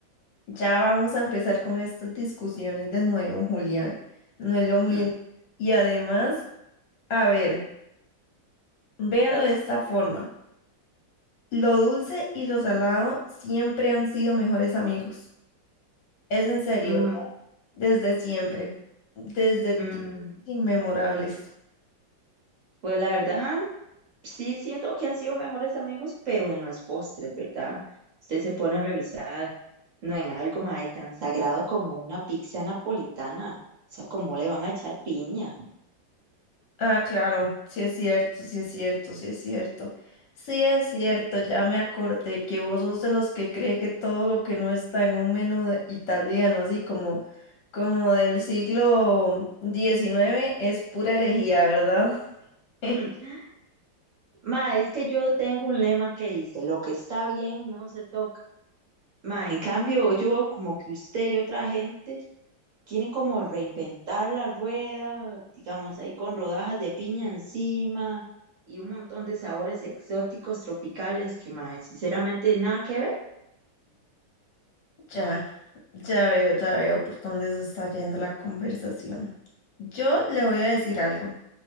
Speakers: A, on the left; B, on the right.
A: Ya vamos a empezar con estas discusiones de nuevo, Julián. No es lo mismo.
B: Hmm.
A: Y además, a ver, véalo de esta forma. Lo dulce y lo salado siempre han sido mejores amigos. Es en serio,
B: Mm,
A: desde siempre, desde tiempos
B: mm.
A: inmemorables.
B: Pues la verdad, sí siento que han sido mejores amigos, pero en los postres, ¿verdad? Usted se pone a revisar, no en algo más tan sagrado como una pizza napolitana. O sea, ¿cómo le van a echar piña?
A: Ah, claro, sí es cierto, sí es cierto, sí es cierto. Sí es cierto, ya me acordé que vos sos de los que cree que todo lo que no está en un menú de- italiano, así como, como del siglo diecinueve es pura herejía, ¿verdad? <laughs>
B: Mm. Ma, es que yo tengo un lema que dice, lo que está bien no se toca. Ma, en cambio, yo veo como que usted y otra gente quieren como reinventar la rueda, digamos, ahí con rodajas de piña encima y un montón de sabores exóticos tropicales que, ma, sinceramente nada que ver,
A: Ya, ya veo, ya veo por dónde se está yendo la conversación. Yo le voy a decir algo.